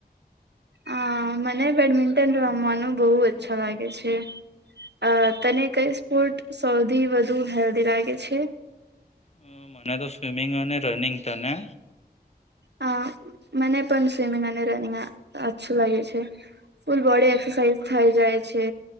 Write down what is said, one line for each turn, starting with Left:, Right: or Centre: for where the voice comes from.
Right: અ મને બેડમિન્ટન રમવાનું બહુ અચ્છા લાગે છે અ તને કઈ સ્પોર્ટ સૌથી વધુ હેલ્ધી લાગે છે?
Left: અ, મને તો સ્વિમિંગ અને રનિંગ તને?
Right: હ મને પણ સ્વિમિંગ અને રનિંગ અચછું લાગે છે, ફૂલ બોડી એક્સરસાઇઝ થઈ જાય છે?